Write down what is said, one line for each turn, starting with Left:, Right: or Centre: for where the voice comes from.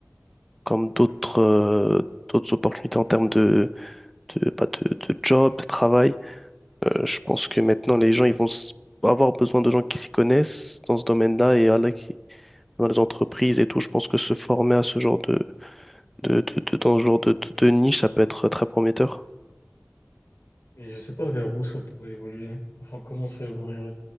Centre: comme d'autres euh, d'autres opportunités en termes de, de, bah, de, de job, de travail. Euh, je pense que maintenant les gens ils vont s- avoir besoin de gens qui s'y connaissent dans ce domaine-là et voilà, qui, dans les entreprises et tout. Je pense que se former à ce genre de, de, de, de- dans ce genre de, de de niche, ça peut être très prometteur.
Left: Mais je sais pas vers où ça pourrait évoluer. Enfin, comment ça évoluerait?